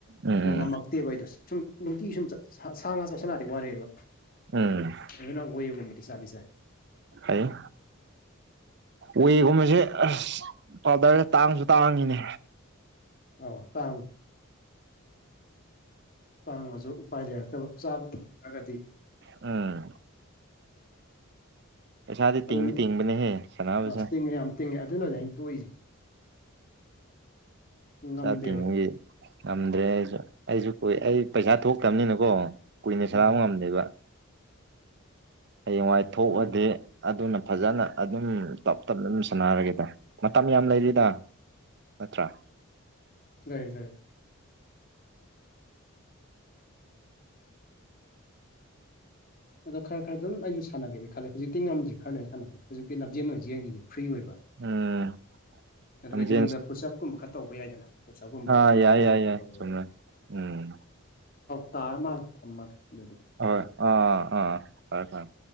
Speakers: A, on the right; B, on the left.
A: ꯎꯝ
B: ꯑꯗꯣ ꯉꯝꯃꯛꯇꯦꯕ
A: ꯎꯝ
B: ꯑꯩꯗꯣ ꯁꯨꯝ ꯅꯨꯡꯇꯤ ꯁꯨꯝ ꯁꯥ ꯉꯥ ꯆꯠꯁꯂꯗꯤ ꯋꯥꯔꯦꯕ
A: ꯎꯝ
B: ꯑꯗꯨꯅ ꯋꯦꯒꯨꯝꯕꯗꯤ ꯆꯥꯗꯤꯁꯥꯏ
A: ꯑꯩꯌꯦ ꯋꯦꯒꯨꯝꯕꯁꯦ ꯑꯁ ꯄꯥꯎꯗꯔꯁ ꯇꯥꯡꯁꯨ ꯇꯥꯡꯉꯤꯅꯦ
B: ꯑ ꯇꯥꯡ ꯇꯥꯡꯉꯁꯨ ꯎꯄꯥꯏ ꯂꯩꯔꯛꯇꯕ ꯆꯥꯕ ꯉꯝ꯭ꯔꯒꯗꯤ
A: ꯑꯥ ꯄꯩꯁꯥꯗꯤ
B: ꯑꯗꯨꯝ
A: ꯇꯤꯡꯗꯤ ꯇꯤꯡꯕꯅꯦꯍꯦ ꯁꯥꯟꯅꯕꯁꯦ
B: ꯑꯁ ꯇꯤꯡꯉꯦ ꯌꯥꯝ ꯇꯤꯡꯉꯦ ꯑꯗꯨꯅꯅꯦ ꯑꯩꯅ ꯇꯣꯛꯏꯁꯦ ꯉꯝꯗꯦꯕ
A: ꯁꯥꯥꯄꯤꯦ ꯉꯝꯗ꯭ꯔꯦ ꯑꯩꯁꯨ ꯑꯩꯁꯨ ꯀꯨꯏ ꯑꯩ ꯄꯩꯁꯥ ꯊꯣꯛꯇꯕꯅꯤꯅꯀꯣ ꯀꯨꯏꯅ
B: ꯎꯝ
A: ꯁꯥꯕ ꯉꯝꯗꯦꯕ ꯍꯌꯦꯡꯋꯥꯏ ꯊꯣꯛꯑꯗꯤ
B: ꯑꯗꯨꯅꯤ
A: ꯑꯗꯨꯅ ꯐꯖꯅ ꯑꯗꯨꯝ ꯇꯞ ꯇꯞꯅ ꯑꯗꯨꯝ ꯁꯥꯟꯅꯔꯒꯦꯗ ꯃꯇꯝ ꯌꯥꯝ ꯂꯩꯔꯤꯗ ꯅꯠꯇ꯭ꯔ
B: ꯂꯩꯏ ꯂꯩꯏ ꯑꯗꯣ ꯈꯔ ꯈꯔ ꯑꯗꯨꯝ ꯑꯩꯁꯨ ꯁꯥꯟꯅꯒꯦꯅꯤ ꯈꯜꯂꯦ ꯍꯧꯖꯤꯛꯇꯤ ꯉꯝꯗ꯭ꯔꯤ ꯈꯔ ꯑꯩ ꯁꯥꯟꯅꯒꯦꯖꯤꯛꯇꯤ ꯂꯝꯖꯦꯟ ꯑꯣꯏꯅ ꯌꯦꯦꯟꯒꯤꯈꯤꯒꯦ ꯐ꯭ꯔꯤ ꯑꯣꯏꯕ
A: ꯎꯝ
B: ꯑꯗꯨꯒ
A: ꯂꯝꯖꯦꯟ
B: ꯌꯨꯝꯗ ꯐꯠꯁꯞꯀꯨꯝꯕ ꯈꯔ ꯇꯧꯕ ꯌꯥꯏꯗꯅ ꯄꯨꯁꯑꯞꯀꯨꯝꯕ
A: ꯑ
B: ꯄꯨꯜꯂꯞꯀꯨꯝꯕ
A: ꯌꯥꯏ ꯌꯥꯏ
B: ꯈꯔ
A: ꯌꯥꯏ
B: ꯇꯧꯕ
A: ꯆꯜꯦ ꯎꯝ
B: ꯇꯥꯔ ꯃꯥꯜꯂꯦ ꯊꯝꯃꯒꯦ ꯑꯗꯨꯗꯤ
A: ꯍꯣꯏ
B: ꯑꯩꯁꯨ
A: ꯑꯥ ꯑꯥ ꯐꯔꯦ ꯐꯔꯦ